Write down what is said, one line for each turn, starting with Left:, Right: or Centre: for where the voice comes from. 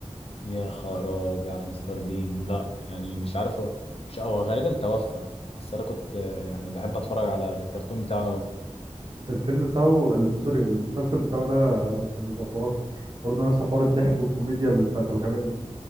Left: يا خرابي على مستر بين لا يعني مش عارف هو- مش هو غالبا توفى بس انا كنت آه، يعني بحب اتفرج على الكرتون بتاعه قوي
Right: الفيلم بتاعه ال- سوري المسلسل بتاعه ده كان بيبقى خرافي برضه نفس حوار الضحك والكوميديا ال- بتاعت الغباء دي